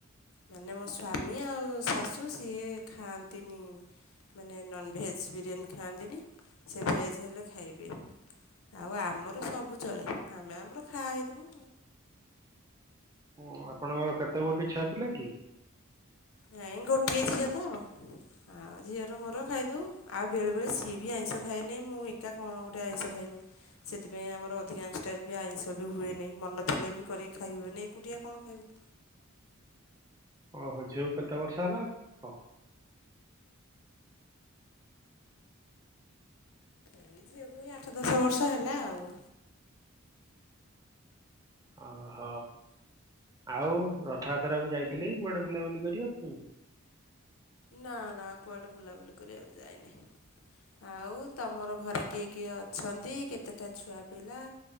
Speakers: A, on the left (about 80°); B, on the right (about 15°).
A: ମାନେ ମୋ ସ୍ଵାମୀ ଆଉ ଶାଶୁ ସିଏ ଖାଆନ୍ତିନି ମାନେ ନନଭେଜ୍ ବିରିୟାନୀ ଖାଆନ୍ତିନି ସେ ଭେଜ୍ ହେଲେ ଖାଇବେ। ଆଉ ଆମର ସବୁ ଚଳେ ଆମେ ଆମର ଖାଇ ଦେଉ।
B: ହୁ ଆପଣଙ୍କର କେତେ ଗୋଟେ ଛୁଆ ପିଲା କି?
A: ନାଇଁ ଗୋଟିଏ ଝିଅ ତ ଆଉ ଝିଅର ମୋର ଖାଇଦଉ ଆଉ ବେଳେ ବେଳେ ସିଏ ବି ଆଇ ଆଇଁଷ ଖାଇନି ମୁଁ ଏକା କଣ ଗୋଟେ ଆଇଁଷ ଖାଇମି ସେଥିପାଇଁ ଆମର ଅଧିକା ଅଂଶ ଟାଇମ୍ ବି ଆଇଁଷ ବି ହୁଏନାଇ। ମନ ଥିଲେ ବି କରିକି ଖାଇ ହୁଏନି ଏକୁଟିଆ କଣ ଖାଇବି।
B: <unintelligible> ଓହୋ ଝିଅ କୁ କେତେ ବର୍ଷ ହେଲା ଖ?
A: ଏଇ ଝିଅକୁ ଏଇ ଆଠ ଦଶ ବର୍ଷ ହେଲା ଆଉ।
B: ଅହ। ଆଉ ରଥଯାତ୍ରା କୁ ଯାଇଥିଲି କୁଆଡେ ବୁଲାବୁଲି କରିବାକୁ?
A: ନା ନା କୁଆଡେ ବୁଲାବୁଲି କରିବାକୁ ଯାଇନି। ଆଉ ତମର ଘରେ କିଏ କିଏ ଅଛନ୍ତି, କେତେଟା ଛୁଆ ପିଲା?